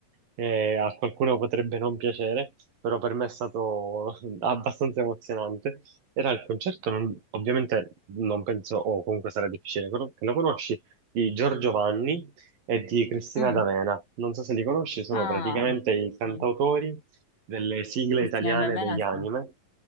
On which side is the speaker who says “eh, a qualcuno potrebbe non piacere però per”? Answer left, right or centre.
Right